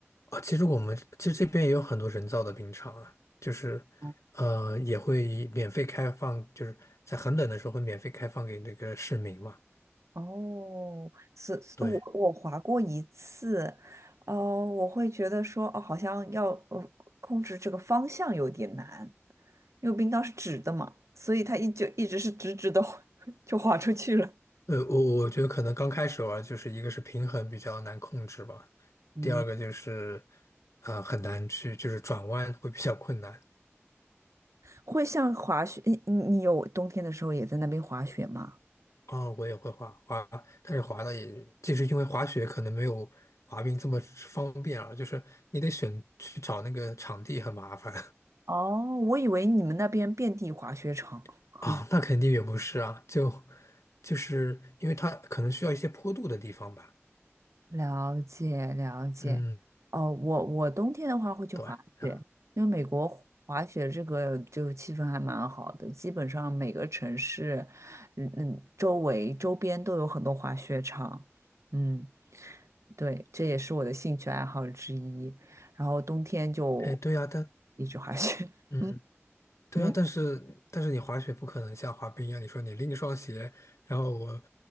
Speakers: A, on the left; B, on the right.
A: 啊，其实我们其实这边也有很多人造的冰场啊，就是呃也会免费开放，
B: 哦
A: 就是在很冷的时候会免费开放给那个市民嘛。
B: 哦，是，是我我滑过一次，
A: 对。
B: 哦，我会觉得说，哦，好像要呃控制这个方向有点难，因为冰刀是直的嘛，所以它一就一直是直直的 <laughs> 就滑出去了。
A: 呃，我我觉得可能刚开始玩，就是一个是平衡比较难控制吧，
B: 嗯，
A: 第二个就是，呃，很难去就是转弯会比较困难。
B: 会像滑雪，你你你有冬天的时候也在那边滑雪吗？
A: 啊，我也会滑滑，但是滑的也就是因为滑雪可能没有滑冰这么方便啊，就是你得选去找那个场地很麻烦
B: 哦，我以为你们那边遍地滑雪场。
A: <laughs> 啊，
B: 嗯，
A: 那肯定也不是啊，就就是因为它可能需要一些坡度的地方吧。
B: 了解了解，
A: 嗯，
B: 哦，我我冬天的话会去滑雪，
A: 对，啊，
B: 因为美国滑雪这个就气氛还蛮好的，基本上每个城市，嗯嗯，周围周边都有很多滑雪场。嗯，对，这也是我的兴趣爱好之一。然后冬天就
A: 哎，对啊，但
B: 一直滑雪。
A: 嗯。
B: <laughs>
A: 对啊，
B: 嗯。
A: 但是但是你滑雪不可能像滑冰一样，你说你拎一双鞋，然后我